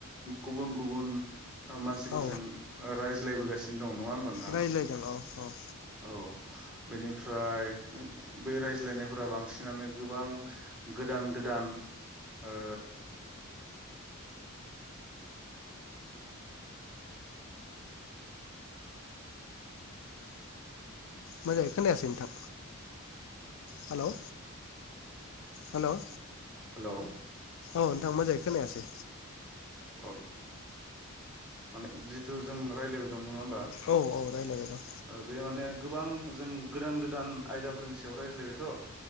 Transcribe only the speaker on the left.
औ
रायज्लायदों औ औ
मजाङै खोनायासै नोंथां हेलौ हेल'
औ नोंथां मोजाङै खोनायासै
औ औ रायज्लायबाय दं